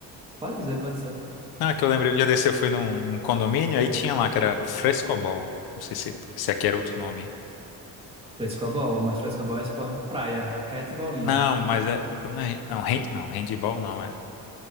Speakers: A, on the right (about 15°); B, on the left (about 85°).
A: Pode dizer, pode dizer.
B: Ah, que eu lembrei um dia desse eu fui num, num condomínio, aí tinha lá que era Frescobol. Não sei se se aqui era outro nome.
A: Frescobol, mas frescobol é esporte de praia, raquete e bolinha.
B: Não, mas é, não é, não, hand, não, handball não, é